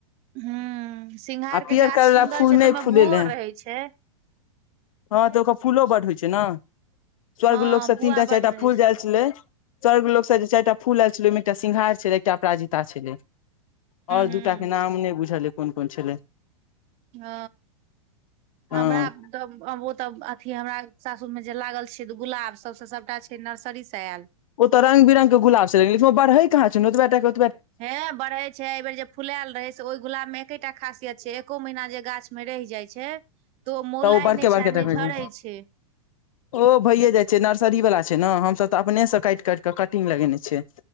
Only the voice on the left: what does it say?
पियरकावला
फूल
नहि
फूलेलेय
हँ तऽ ओकर फूलो बड होय छैय ने स्वर्ग
लोग से
तीनटा
चारिटा
फूल
जे
आयल छले स्वर्ग लोकगसँ जे चारिटा फू आयल छलै ओहिमे एकटा सिंघार छलै एकटा अपराजिता छलै ओर
दूटाके नाम नहि बुझल यह कोन कोन छलै
हँ
ओत रंग बिरंगीके गुलाब छैय ओत बढ़ै कहा छैय ओतबेय टाके
तऽ
ओ बड़के
बड़के
टा के
छै
ओ भैए जाइ छैय नर्सरी वाला छैय ने हमसभ ततऽ अपनेसं काटि काटि क कटिंग लगेने छियै